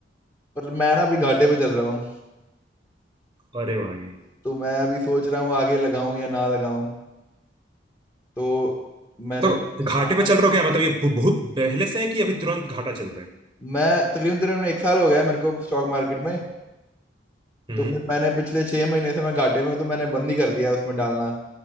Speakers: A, on the left (about 15°); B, on the right (about 20°).
A: पर मैं ना अभी घाटे पे चल रहा हूँ
B: अरे भाई
A: तो मैं अभी सोच रहा हूँ आगे लगाऊं या ना लगाऊं तो मैंने
B: तो
A: हाँ,
B: घाटे पे चल रहे हो क्या मतलब ये बहु- बहुत पहले से है कि अभी तुरंत घाटा चल रहा है
A: मैं तकरीबन तकरीबन एक साल हो गया है मेरे को स्टॉक मार्केट में
B: हम्म
A: तो फिर मैंने पिछले छह महीने से मैं घाटे में हूँ तो मैंने बंद ही कर दिया है उसमें डालना